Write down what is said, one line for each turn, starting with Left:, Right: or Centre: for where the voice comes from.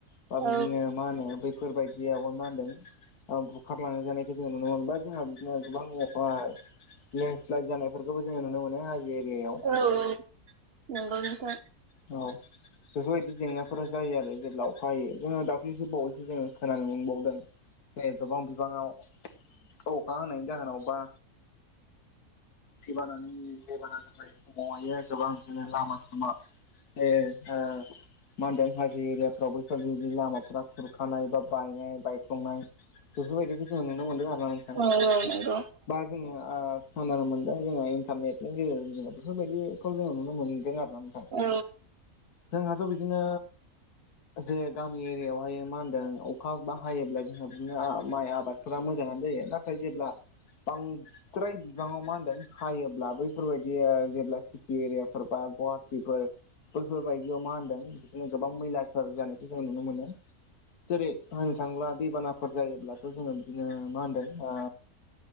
Left: बा
Right: औ
Left: बिदिनो मा होनो बै फोरबायदियावबा मा होनदों ओ बुखारलां लांजानायखौ जोङो नुनो मोनबाय जोंहा बिदिनो गोबां अखा लेन्डस्लाइद जानायफोरखौबो जोङो नुनो मोनो हाजो एरियायाव
Right: औ औ नंगौ नोंथां।
Left: औ बेफोरबायदि जेंनाफोरा जायो आरो जेब्ला अखा हायो जोङो दाख्लिसो बावैसो जोङो खोनानो मोनबावदों जे गोबां बिबाङाव अखा हानायनि जाहोनाव बा दैबानानि दैबाना जानाय समावहायो गोबां बिदिनो लामा सामा ए ओ मा होनदों हाजो एरियाफ्राव बैफोरबादि लामाफोरा खुरखानाय बा बायनाय बायफ्लंनाय बेफोरबायदिखौ जोङो नुनो मोनदों आरोना नोंथां
Right: औ औ नंगौ
Left: बा जोङो ओ खोनानो मोनदों जोङो इन्टारनेटनि गेजेरजों जोङो बेफोरबायदिखौ जोङो नुनो मोनदों आरोना नोंथां।
Right: औ
Left: जोंहाथ' बिदिनो जे गामि एरियायावहाय मा होनदों अखा बा हायोब्ला जोंहा बिदिनो माइ आबादफोरा मोजाङानो जायो नाथाय जेब्ला बां फ्राय बिबाङाव मा होनदों हायोब्ला बैफोरबायदिया जेब्ला सि टि एरियाफोर बा गुवाहाटिफोर बैफोरबायदियाव मा होनदों बिदिनो गोबां मैलाफोर जानायखौ जों नुनो मोनो जेरै होननो थाङोब्ला दैबानाफोर जायोब्लाथ' जोङो बिदिनो मा होनदों ओ